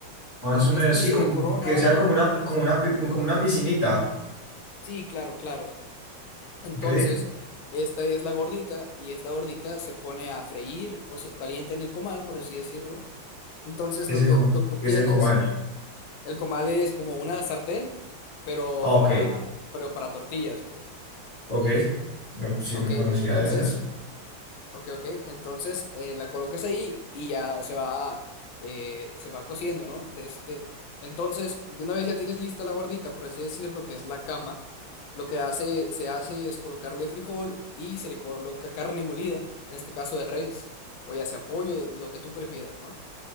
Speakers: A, on the left; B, on the left.
A: Más
B: Como
A: o
B: una
A: menos,
B: especie
A: sí, como
B: de corona,
A: que
B: vaya,
A: sea como una,
B: pero
A: como
B: sí.
A: una, pi- como una piscinita,
B: Sí, claro, claro. Entonces,
A: ¿ok? Que
B: esta es la gordita y esta gordita se pone a freír o se calienta en el comal, por así decirlo. Entonces,
A: es
B: lo
A: el,
B: que,
A: co-
B: lo que obtienes,
A: que es el comal.
B: el comal es como una sartén, pero
A: Ah, ok,
B: para, pero para tortillas, pues.
A: ok. No, pues sí,
B: Ok,
A: no
B: entonces
A: conocía de esas.
B: Ok, ok. Entonces eh, la colocas ahí y ya se va, eh, se va cociendo, ¿no? De este... Entonces, de una vez ya tienes lista la gordita, por así decirlo, que es la cama. Lo que hace, se hace es colocarle frijol y se le coloca carne molida, en este caso de res, o ya sea pollo, lo que tú prefieras, ¿no?